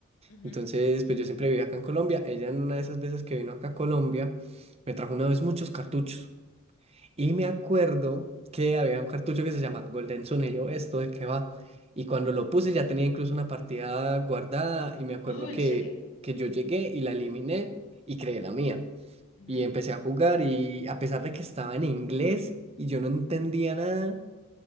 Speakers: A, on the left (about 80°); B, on the right (about 30°).
A: ujú,
B: Entonces, pues yo siempre viví acá en Colombia. Ella en una de esas veces que vino acá a Colombia, me trajo una vez muchos cartuchos. Y me acuerdo que había un cartucho que se llama Golden Sun. Y yo, ¿esto de qué va? Y cuando lo puse ya tenía incluso una partida guardada. Y me acuerdo
A: Oh, ¿en
B: que,
A: serio?
B: que yo llegué y la eliminé y creé la mía.
A: ujú.
B: Y empecé a jugar y a pesar de que estaba en inglés y yo no entendía nada,